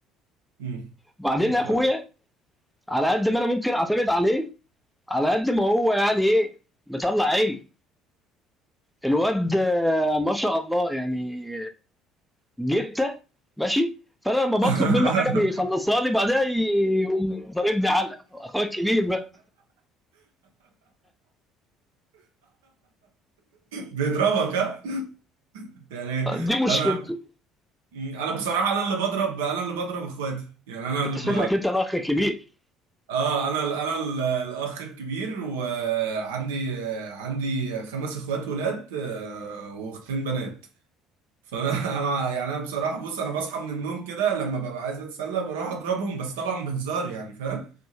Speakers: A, on the right; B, in the centre.
A: امم
B: بعدين
A: انا
B: اخويا
A: فاهم
B: على قد ما انا ممكن اعتمد عليه على قد ما هو يعني ايه مطلع عيني الواد آه، ما شاء الله يعني جبته ماشي فانا لما بطلب
A: <laughs>
B: منه حاجه بيخلصها لي بعدها يقوم ضاربني علقه اخويا الكبير بقى
A: بيضربك ها يعني
B: دي مشكلته
A: انا انا بصراحه انا اللي بضرب انا اللي بضرب اخواتي يعني انا اللي
B: انت
A: ب...
B: شكلك انت الاخ الكبير
A: اه انا ال- انا ال- الاخ الكبير وعندي عندي خمس اخوات ولاد آه، واختين بنات فانا <laughs> انا يعني انا بصراحه بص انا بصحى من النوم كده لما ببقى عايز اتسلى بروح اضربهم بس طبعا بهزار يعني فاهم